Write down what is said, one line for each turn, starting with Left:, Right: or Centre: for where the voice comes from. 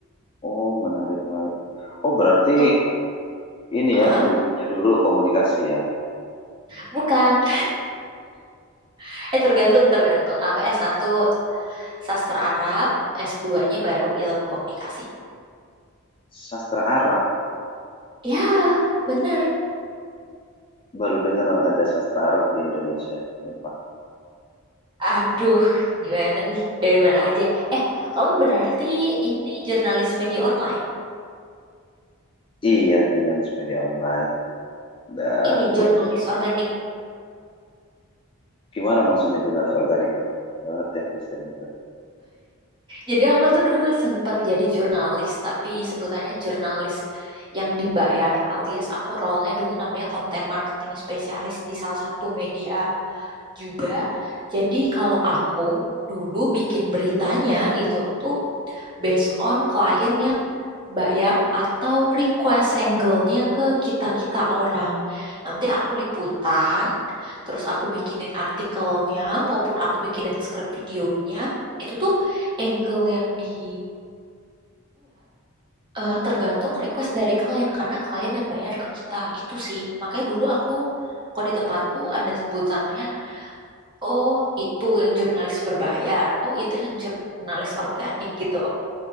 Left: Oh, menarik, menarik. Oh, berarti
Right: kamu
Left: ini
Right: Hah?
Left: ya kuliahnya dulu komunikasi ya.
Right: bukan <laughs> eh tergantung tergantung aku s satu sastra Arab S2-nya baru ilmu komunikasi
Left: Sastra Arab,
Right: ya bener
Left: baru dengar ada sastra Arab di Indonesia. Sumpah.
Right: aduh gimana nih dari mana aja eh kamu berarti ini jurnalis media online
Left: Iya, jurnalis media online. Dah
Right: ini
Left: berapa
Right: jurnalis
Left: tahun?
Right: organik
Left: Gimana maksudnya jurnalis organik tuh? Nggak Ngerti aku istilah itu.
Right: Jadi aku tuh dulu sempat jadi jurnalis, tapi sebutannya jurnalis yang dibayar alias aku role-nya dulu namanya content marketing spesialis di salah satu media juga. Jadi kalau aku dulu bikin beritanya itu tuh based on klien yang bayar atau request angle-nya ke kita-kita orang. Nanti aku liputan, terus aku bikinin artikelnya maupun aku bikinin skrip videonya. Itu tuh angle yang dibuat eh, tergantung request dari klien karena klien yang bayar ke kita gitu sih. Makanya dulu aku Kok di tempatku ada sebutannya, oh itu yang jurnalis berbayar, oh itu yang jurnalis organik gitu.